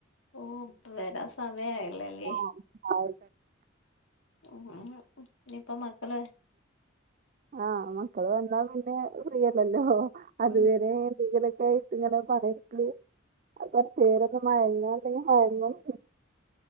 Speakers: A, on the left; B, on the right.
A: ഓ വരാ സമയായല്ലല്ലേ.
B: ആഹ് ആയി.
A: ഇഞ്ഞിപ്പോ മക്കള്.
B: ആഹ് മക്കള് വന്നാ പിന്നെ ഫ്രീയല്ലല്ലോ അതുവരെ.
A: ഉം
B: ഇങ്ങനൊക്കായിട്ട്ങ്ങനെ പറയുംക്ക്. അയ്ന്റെ പേരൊന്ന് മയങ്ങാ ഇണ്ടെങ്കി മയങ്ങും